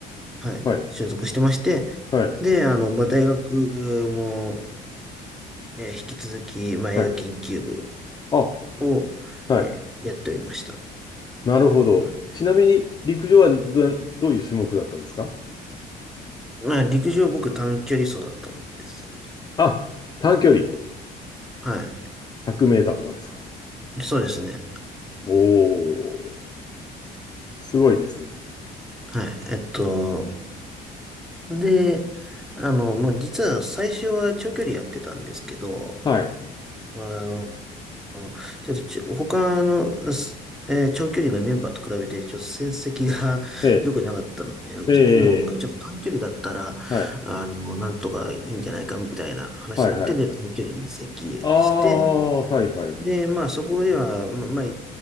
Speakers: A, in the centre; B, on the left (about 25°).
A: はい、
B: はい。
A: 所属してまして。
B: はい。
A: で、あの、まあ、大学も、えー引き続き、まあ、
B: はい。
A: 映画研究部
B: あ、
A: を、
B: はい。
A: えーやっておりました。
B: なるほど。
A: はい。
B: ちなみに、陸上はど、どういう種目だったんですか
A: まあ、陸上僕短距離走だったんですよね。
B: あ、短距離。
A: はい。
B: 100メーターとかですか
A: そうですね。
B: おー、すごいですね。
A: はい。えっと、で、あの、まあ、実は最初は長距離やってたんですけど、
B: はい。
A: あの、ちょっとちょ、他の、すえー長距離のメンバーと比べて、ちょっと戦績が <laughs>
B: ええ、
A: 良くなかったので、
B: え
A: 顧問がちょっと短距離だったら、
B: え、はい。
A: あの、なんとかいいんじゃないかみたいな話になって、
B: はい、はい。
A: で、短距離に移籍して、
B: ああ、はい、はい。
A: で、まあ、そこでは、ままあ、